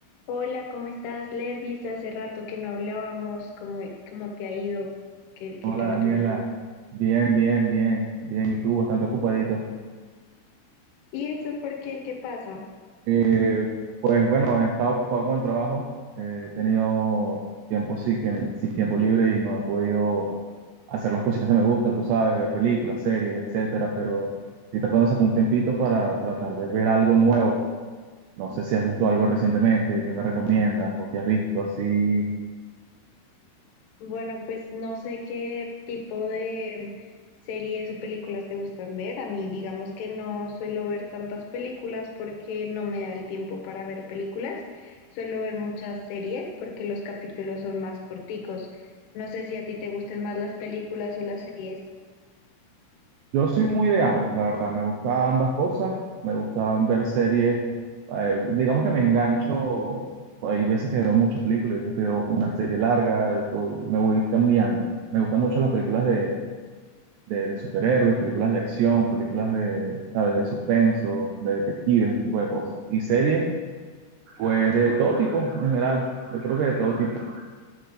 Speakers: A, on the left; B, on the right.
A: Hola, ¿cómo estás, Lervis? Hace rato que no hablábamos, ¿cómo, cómo te ha ido? ¿Qué, qué
B: Hola
A: tal
B: Daniela,
A: tu vida?
B: bien, bien, bien, bien, y tú bastante ocupadito.
A: ¿Y eso por qué? ¿Qué pasa?
B: Eh, pues bueno, he estado ocupado con el trabajo, eh, he tenido tiempo sí, que- sin tiempo libre y no he podido hacer las cositas que me gustan, tú sabes, ver películas, series, etcétera, pero estoy tratando de sacar un tiempito para tratar de ver algo nuevo. No sé si has visto algo recientemente, qué me recomiendas o qué has visto así
A: Bueno, pues no sé qué tipo de series o películas te gustan ver. A mí, digamos que no suelo ver tantas películas porque no me da el tiempo para ver películas. Suelo ver muchas series porque los capítulos son más corticos. No sé si a ti te gusten más las películas o las series.
B: Yo soy muy de ambos, la verdad, me gusta ambas cosas, me gusta ver series, eh, digamos que me engancho, hay veces que veo muchas películas, hay veces que veo una serie larga, estoy- me voy cambiando. Me gustan mucho las películas de, de, de superhéroes, películas de acción, películas de, ¿sabes?, de suspenso, de detectives, ese tipo de cosas. Y series, pues de todo tipo, en general, yo creo que de todo tipo.